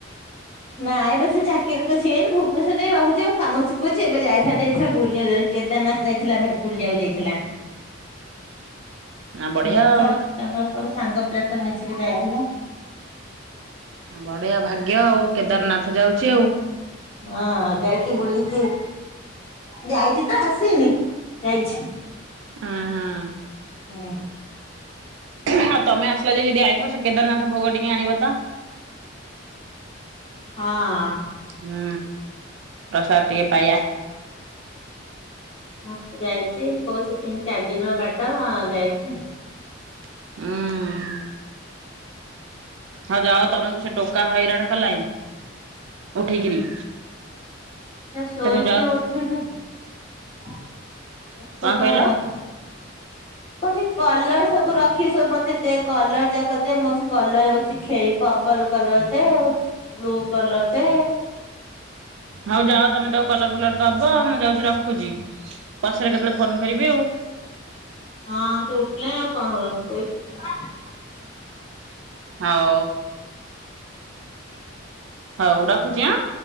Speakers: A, on the left; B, on the right.
A: ନା ଏବେ ସେ ଚାକିରିରେ ତ ସେନ୍ତି, ଭୁବନେଶ୍ୱରରେ ରହୁଛି କାମ ଶିଖୁଛି ଏବେ ଯାଇଥିଲା। <unintelligible> କେଦାରନାଥ ଯାଇଥିଲା ଭାଇ ବୁଲିବାକୁ ଯାଇଥିଲା।
B: <unintelligible> ନା ବଢିଆ
A: ହୁଁ
B: ଆଉ।
A: ତାଙ୍କର ସବୁ ସାଙ୍ଗ ପିଲା ସ ତ ମିଶିକି ଯାଇଥିଲା
B: ବଢିଆ ଭାଗ୍ୟ ଆଉ କେଦାରନାଥ ଯାଉଛି ଆଉ।
A: ହଁ ଯାଇକି ବୁଲିକି ଯାଇଛି ତ ଆସିନି ଯାଇଛି।
B: ହୁଁ ହୁଁ।
A: ହୁଁ।
B: ଆଉ ତମେ ଆସିଲା ଯାଏ ଯଦି ଆଇଥବ, ସେ କେଦାରନାଥ ଭୋଗ ଟିକେ ଆଣିବ ତ।
A: ହଁ।
B: ହୁଁ ପ୍ରସାଦ ଟିକେ ପାଇଆ।
A: ହଁ ଯାଇଛି କହୁଛି ତିନି ଚାରି ଦିନ ବାଟ ଯାଇଛି।
B: ହୁଁ। ହଉ ଯାଅ ତମକୁ ସେ ଟୋକା ହଇରାଣ କଲାଇଁ ଠିକରି
A: ସେ ଶୋଇଛି
B: ତମେ ଯାଅ
A: ଉଠିନି <unintelligible>
B: କଣ କହିଲ?
A: କହୁଛି କଲର ସବୁ ରଖିଛୁ ସବୁ ମତେ ଦେ, କଲର ଯାକ ଦେ ମୁଁ ସେ କଲରରେ ବସି ଖେଳି ପର୍ପଲ କଲର ଦେ, ବ୍ଲୁ କଲର ଦେ
B: ହଉ ଯାଅ ତମେ ତାକୁ କଲର ଫଲର ଦବ, ମୁଁ ଯାଉଛି ରଖୁଛି ପଛରେ କେତେବେଳେ ଫୋନ କରିବି ଆଉ।
A: ହଁ ସେ ଉଠିଲାଇଁ ଆଉ କଣ ହବ
B: ହଉ। ହଉ ରଖୁଛି ଆଁ।